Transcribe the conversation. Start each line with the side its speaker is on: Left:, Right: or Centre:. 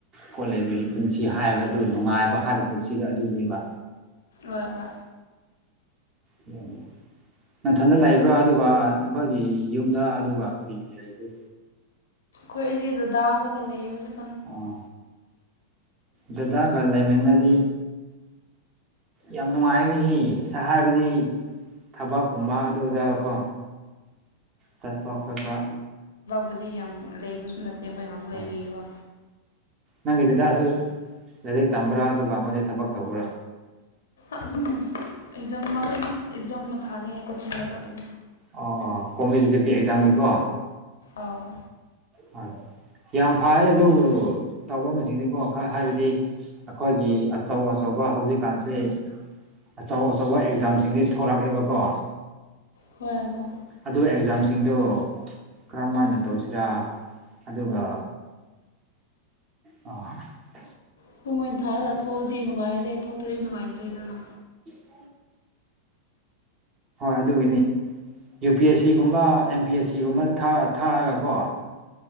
Right: ꯀꯣꯂꯦꯖꯀꯤ ꯄꯨꯟꯁꯤ ꯍꯥꯏꯕ ꯑꯗꯨ ꯅꯨꯡꯉꯥꯏꯕ ꯍꯥꯏꯕ ꯄꯨꯟꯁꯤꯗꯣ ꯑꯗꯨꯅꯦꯕ
Left: ꯋꯥ ꯋꯥ
Right: ꯎ <inaudible> ꯅꯪꯊꯟꯗ ꯂꯩꯕ꯭ꯔꯥ ꯑꯗꯨꯒ ꯅꯈꯣꯏꯒꯤ ꯌꯨꯝꯗ ꯑꯗꯨꯒ ꯀꯔꯤꯒꯤ ꯂꯩꯕ꯭ꯔꯣ
Left: ꯈꯣꯏꯗꯤ ꯗꯥꯗꯥ ꯍꯣꯏꯒ ꯂꯩꯌꯦ ꯍꯧꯖꯤꯛ
Right: ꯑꯣ ꯗꯗꯥꯒ ꯂꯩꯃꯤꯟꯅꯗꯤ ꯌꯥꯝ ꯅꯨꯡꯉꯥꯏꯅꯤꯍ ꯁ ꯍꯥꯏꯕꯗꯤ ꯊꯕꯛꯀꯨꯝꯕ ꯑꯗꯨꯗꯀꯣ ꯆꯠꯄ ꯈꯣꯠꯄ
Left: ꯕꯨꯗꯤ ꯌꯥꯝ ꯂꯩꯕꯁꯨ ꯅꯠꯇꯦ ꯑꯩꯈꯣꯏ ꯉꯥꯛꯇ ꯂꯩꯕꯤꯌꯦꯀꯣ
Right: ꯑꯣ ꯅꯪꯒꯤ ꯗꯗꯥꯁꯨ ꯂꯥꯏꯔꯤꯛ ꯇꯝꯕ꯭ꯔꯥ ꯑꯗꯨꯒ ꯃꯗꯩ ꯊꯕꯛ ꯇꯧꯕ꯭ꯔꯥ
Left: ꯑꯗꯨꯝ ꯑꯦꯛꯖꯥꯝ ꯑꯦꯛꯖꯥꯝ ꯑꯃ ꯊꯥꯅꯤ ꯍꯥꯏ ꯀꯣꯆꯤꯡ ꯑꯃ ꯆꯠꯄꯅꯤ
Right: ꯑꯣ ꯑꯣ ꯀꯃꯦꯗꯤ <inaudible> ꯑꯦꯛꯖꯝꯒꯤꯕ
Left: ꯑꯧ
Right: ꯍꯣꯏ ꯌꯥꯝ ꯐꯩ ꯑꯗꯨꯕꯨ ꯇꯐꯝꯁꯤꯡꯅꯤꯕꯨ ꯈꯛ ꯍꯥꯏꯕꯗꯤ ꯑꯩꯈꯣꯏꯒꯤ ꯑꯆꯧ ꯑꯆꯧ ꯍꯧꯖꯤꯛꯀꯥꯟꯁꯦ ꯑꯆꯧ ꯑꯆꯧꯕ ꯑꯦꯛꯖꯥꯝꯁꯤꯡꯗꯤ ꯊꯣꯛꯂꯛꯑꯦꯕꯀꯣ
Left: ꯍꯣꯏ ꯍ
Right: ꯑꯗ ꯑꯦꯛꯖꯥꯝꯁꯤꯡꯗꯣ ꯀꯔꯝ ꯍꯥꯏꯅ ꯇꯧꯁꯤꯔꯥ ꯑꯗꯨꯒ ꯑ <unintelligible>
Left: ꯑꯗꯨꯝꯣꯏ ꯑꯣꯏꯅ ꯊꯥꯔꯒ ꯊꯣꯛꯑꯗꯤ ꯅꯨꯡꯉꯥꯏꯔꯦ ꯊꯣꯛꯇ꯭ꯔ ꯅꯨꯡꯉꯥꯏꯇ꯭ꯔꯦꯗꯅ
Right: ꯎꯝ <inaudible> ꯍꯣꯏ ꯑꯗꯨꯒꯤꯅꯤ ꯌꯨ ꯄꯤ ꯑꯦꯁ ꯁꯤꯒꯨꯝꯕ ꯑꯦꯝ ꯄꯤ ꯑꯦꯁ ꯁꯤ ꯒꯤꯒꯨꯝꯕꯗ ꯊꯥ ꯊꯥꯔꯒꯀꯣ